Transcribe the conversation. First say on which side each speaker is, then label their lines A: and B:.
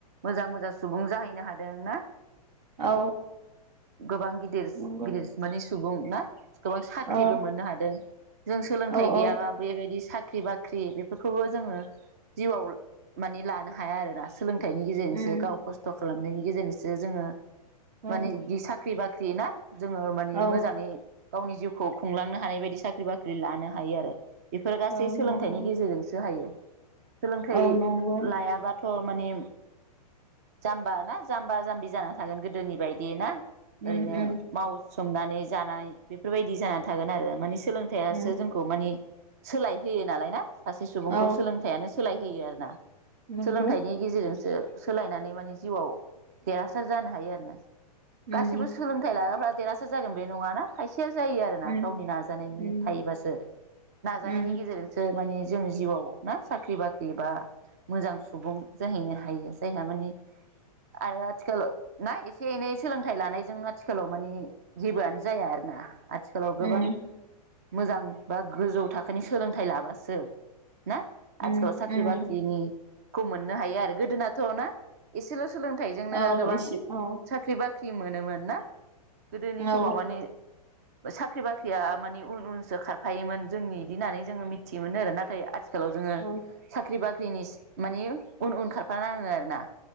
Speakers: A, on the right (about 25°); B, on the right (about 85°).
A: मोजां मोजां सुबुं जाहैनो हादों ना।
B: औ।
A: गोबां गिदिरस
B: नंगौ
A: गिदिरस माने सुबुं ना? गोबां साख्रिबो
B: औ
A: मोननो हादों। जों सोलोंथाइ
B: औ
A: गैयाबा
B: औ
A: बेबायदि ख्रि बाख्रि बेफोरखौबो जोङो जिउआव माने लानो हाया आरोना स सोलोंथाइनि गेजेरजोंसो
B: उम
A: गाव खस्थ' खालामनायनि गेजेरजोंसो जोङो
B: औ
A: माने गि सा ख्रि बाख्रि ना? जोङो मानि
B: औ
A: मोजाङै गावनि जिउखौ खुंलांनो हानाय बायदि साख्रि बाख्रि लानो हायो आरो बे एसे
B: औ
A: सोलोंथाइनि
B: नंगौ
A: गेजेरजोंसो हायो। सोलोंथाइ
B: औ नंगौ
A: लायाबाथ' माने जाम्बा ना जाम्बा जाम्बि जाना थागोन गोदोनि बायदि ना?
B: उम
A: ओरैनो
B: उम
A: माव संनानै जानाय बेफोरबायदि जानानै थागोन आरो माने सोलोंथाइआसो
B: उम
A: जोंखौ माने सोलाय होयो नालाय ना? सासे सुबुंखौ
B: औ
A: सोलोंथाइआनो स सोलाय होयो आरो ना
B: नंगौ
A: सोलोंथाइनि गेजेरजोंसो सोलायनानै माने जिउआव देरहासार जानो हायो आरो ना
B: उम
A: गासिबो सोलोंथाइ लाग्राफ्रा देरहासार जागोन बे नङाना खायसे खायसेया जायो आरोना
B: उम
A: गावनि नाजानायनि
B: उम
A: थायोबासो नाजानाय
B: उम
A: गेजेरजोंसो माने जों जिउआव ना साख्रि बाख्रि बा मोजां सुबुं जाहैनो हायो जायहा माने आरो आथिखालाव ना एसे एनै सोलोंथाइ लानायजों आथिखालाव मानि जेबोआनो जाया आरो ना। आथिखालाव गोबां
B: उम
A: मोजां बा गोजौ थाखो बेखायनो सोलोंथाइ लाबासो ना
B: उम
A: आथिखालाव साख्रि
B: उम
A: बाख्रिनि खौ मोननो हायो आरो गोदोनाथ' ना एसेल' सोलोंथाइजोंनो
B: औ
A: गोबां
B: एसे औ
A: साख्रि बाख्रि बाख्रि मोनोमोन ना? गोदोनि
B: औ
A: समाव माने साख्रि बाख्रिया मानि उन उनसो खारफायोमोन जोंनि बिदि होननानै जोङो मिथियोमो आरो नाथाय आथिखालाव जोङो
B: औ
A: साख्रि बाख्रि साख्रिनि मानि उन उन खारफानाङो आरो ना?